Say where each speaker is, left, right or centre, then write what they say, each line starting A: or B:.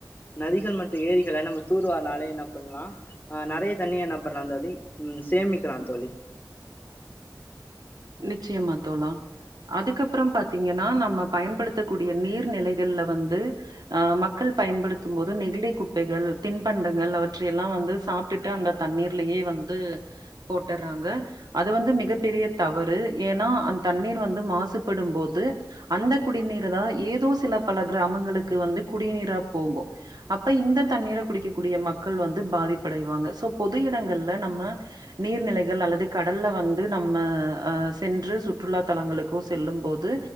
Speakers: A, on the left; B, on the right.
A: நதிகள் மட்டு ஏரிகள நம்ம தூர்வார்னாலே என்ன பண்லா ஆ நறைய தண்ணிய என்ன பண்லா தோழி ம் சேமிக்கலா தோழி
B: நிச்சயமா தோழா அதுக்கப்றோ பாத்தீங்கன்னா நம்ம பயன்படுத்தக்கூடிய நீர்நிலைகள்ல வந்து ஆ மக்கள் பயன்படுத்தும் போது நெகிழி குப்பைகள் தின்பண்டங்கள் அவற்றையெல்லா வந்து சாப்டுட்டு அந்த தண்ணீர்லயே வந்து போட்டர்றாங்க அது வந்து மிகப்பெரிய தவறு ஏன்னா அந்த தண்ணீர் வந்து மாசுபடும்போது அந்த குடிநீர தா ஏதோ சில பல கிராமங்களுக்கு வந்து குடிநீரா போகு அப்ப இந்த தண்ணீர குடிக்கக்கூடிய மக்கள் வந்து பாதிப்படைவாங்க சோ பொது இடங்கள்ல நம்ம நீர்நிலைகள் அல்லது கடல்ல வந்து நம்ம சென்று சுற்றுலா தலங்களுக்கோ செல்லும் போது